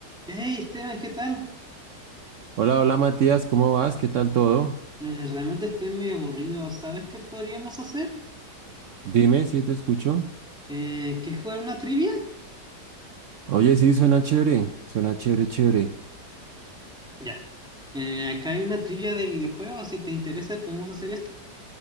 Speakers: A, in the centre; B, on the right.
A: Hey Esteban, ¿qué tal?
B: Hola, hola Matías, ¿cómo vas? ¿Qué tal todo?
A: Eh, realmente estoy medio aburrido. ¿Sabes qué podríamos hacer?
B: Dime si te escucho.
A: Eh, ¿qué jugar una trivia?
B: Oye, sí, suena chévere, suena chévere, chévere.
A: Ya. Eh, acá hay una trivia de videojuegos. Si te interesa, podemos hacer esta.